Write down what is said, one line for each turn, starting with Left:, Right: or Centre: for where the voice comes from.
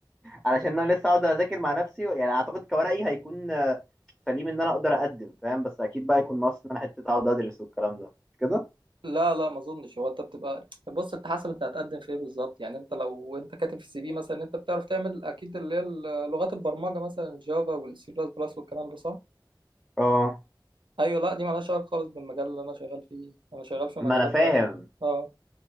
Centre: علشان انا لسه اقعد اذاكر مع نفسي يعني اعتقد كورقي هيكون آه، سليم ان انا اقدر اقدم فاهم بس اكيد بقى يكون ناقص ان انا حته اقعد ادرس والكلام ده كده
Right: لا لا ما اظنش هو انت بتبقى بص انت حسب انت هتقدم في ايه بالظبط يعني انت لو انت كاتب في السي في مثلا إن انت بتعرف تعمل اكيد اللي هي ال- لغات البرمجه مثلا الجافا والسي بلس بلس والكلام ده صح
Centre: اه
Right: ايوه لا دي مالهاش علاقه خالص بالمجال اللي انا شغال فيه انا شغال في مجالات
Centre: ما انا فاهم
Right: بقى فيه. اه